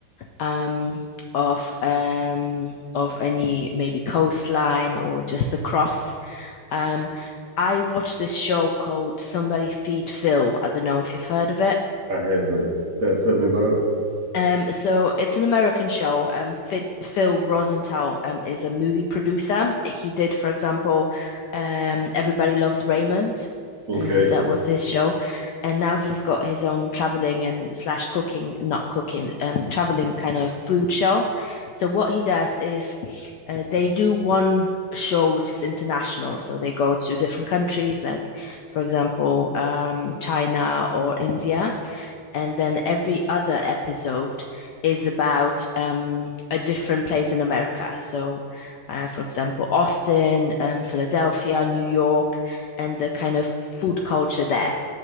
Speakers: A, on the left; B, on the right.
A: um, of um, of any maybe coastline or just across. Um, I watched this show called Somebody Feed Phil. I don't know if you've heard of it.
B: I haven't. Uh, tell me about it.
A: Um, so it's an American show. Um, Phil Rosenthal um, is a movie producer. He did, for example, um, Everybody Loves Raymond.
B: Okay.
A: Uh, that was his show, and now he's got his own traveling and slash cooking, not cooking, um, traveling kind of food show. So what he does is, uh, they do one show which is international. So they go to different countries, like for example, um, China or India and then every other episode is about um, a different place in America. So, uh, for example, Austin, um, Philadelphia, New York, and the kind of food culture there.